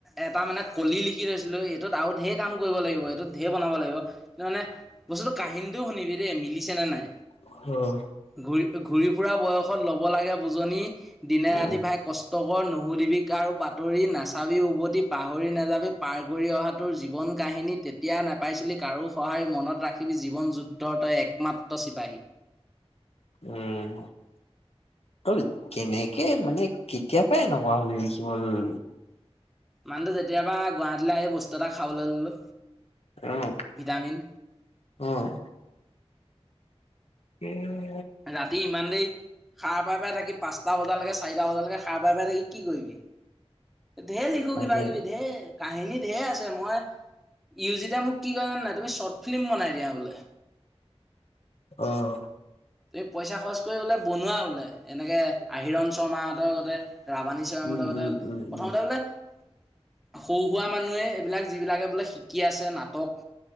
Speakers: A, in the centre; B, on the left (about 70°).
A: এটা মানে কলি লিখি থৈছিলো, এইটোত আৰু ঢেৰ কাম কৰিব লাগিব, এইটোত ঢেৰ বনাব লাগিব কিন্তু মানে বস্তুটো কাহিনীটোও শুনিবি ৰে মিলিছে নে নাই,
B: আৰু
A: ঘূৰি ঘূৰি ফুৰা বয়সত ল'ব লাগে, বুজনি। দিনে
B: উম
A: ৰাতি ভাই কছ ষ্ট নুশুধিবি কাৰো বাতৰি নাচাবি উভতি পাহৰি নাযাবি পাৰ কৰি অহা তোৰ জীৱন কাহিনী তেতিয়া নোপাইছিলি কাৰো সহায় মনত ৰাখিবি জীৱন যুদ্ধৰ তই এক মাত্ৰ চিপাহী।
B: উম তই, কেনেকে মানে কেতিয়াৰ পা এনেকোৱা হলি লিখিবলৈ ললি?
A: মানুহটো যেতিয়াৰ পৰা গুৱাহাটীলৈ আহি বস্তু এটা খাবলৈ ললো।
B: অ',
A: ভিটামিন।
B: অ'। <unintelligible>
A: ৰাতি ইমান দেৰি সা সাৰপাই থাকি পাঁচটা বজালৈকে চাৰিটা বজালৈকে সাৰপাই থাকি কি কৰিবি? ঢেৰ লিখোঁ
B: তাকে
A: কিবা কিবি ঢেৰ। কাহিনী ঢেৰ আছে, মই ইউজিতে মোক কি কই জানা নে, তুমি শ্বৰ্ট ফিল্ম বনাই দিয়া বোলে।
B: অ',
A: এই পইচা খৰচ কৰি বোলে বনোৱা বোলে এনেকে আহিৰণ শৰ্মাহঁতৰ লগতে ৰাৱাণী সৈয়ামহতৰ
B: উম,
A: লগতে
B: উম, উম,
A: প্ৰথমতে
B: উম,
A: বোলে সৰু সুৰা মানুহে এইবিলাক যিবিলাকে বোলে শিকি আছে নাটক